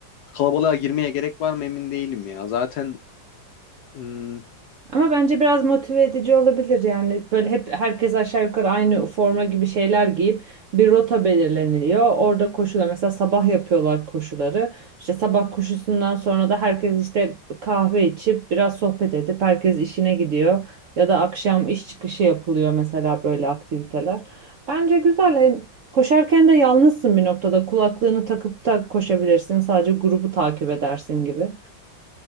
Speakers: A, on the left (about 70°); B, on the right (about 65°).
A: kalabalığa girmeye gerek var mı emin değilim ya zaten hmm,
B: Ama bence biraz motive edici olabilir yani böyle hep herkes aşağı yukarı aynı forma gibi şeyler giyip bir rota belirleniliyor. Orada koşuda mesela sabah yapıyorlar koşuları. İşte sabah koşusundan sonra da herkes işte kahve içip biraz sohbet edip herkes işine gidiyor. Ya da akşam iş çıkışı yapılıyor mesela böyle aktiviteler. Bence güzel hem koşarken de yalnızsın bir noktada kulaklığını takıp da koşabilirsin sadece grubu takip edersin gibi.